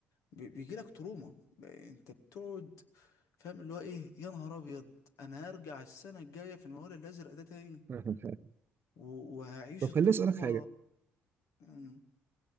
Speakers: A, on the left; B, on the right.
A: بي- بيجيلك تروما ب- انت بتقعد فاهم اللي هو ايه يا نهار ابيض انا هرجع السنة الجاية في الموال الازرق ده تاني
B: <laughs>
A: و- وهعيش
B: طب
A: التجربة
B: خليني أسألك حاجة
A: مم.